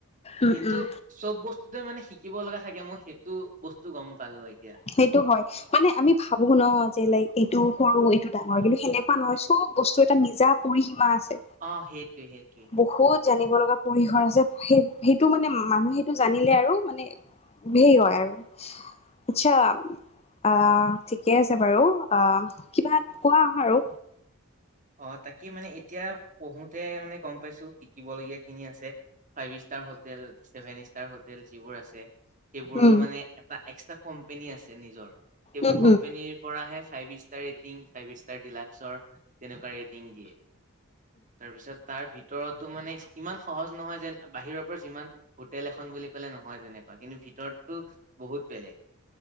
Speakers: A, on the left; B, on the right.
A: উম
B: কিন্তু,
A: উম
B: - চব বস্তুতে মানে শিকিব লগা থাকে, মই সেইটো বস্তু গম পালো এতিয়া।
A: সেইটো হয়। মানে আমি ভাবো ন যে লাইক এইটো সৰু এইটো ডাঙৰ কিন্তু, সেনেকুৱা নহয় চব বস্তু এটা নিজা- পৰিসীমা আছে।
B: অঁ' সেইটোৱে সেইটোৱে।
A: বহুত জানিব লগা পৰিসৰ আছে সেই সেইটো মানে মানুহে টো জানিলে আৰু মানে- ধেই হয় আৰু। আৎচ্ছা আঁহ ঠিকে আছে বাৰু আঁহ কিবা কোৱা আৰু।
B: অঁ তাকে মানে এতিয়া পঢ়োতে মানে গম পাইছো শিকিবলগীয়া খিনি আছে। Five star hotel seven star hotel যিবোৰ আছে। সেইবোৰৰ
A: উম
B: মানে এটা এক্সট্ৰা কোম্পেনী আছে নিজৰ সেইবোৰ
A: উম
B: কোম্পেনীৰ পৰাহে five star rating five star ডিলাক্সৰ তেনেকুৱা ৰে টিং দিয়ে। তাৰপিছত তাৰ ভিতৰতো মানে ইমান সহজ নহয় যেন বাহিৰৰ পৰা যিমান হোটেল এখন বুলি ক'লে নহয় তেনেকুৱা কিন্তু ভিতৰততো বহুত বেলেগ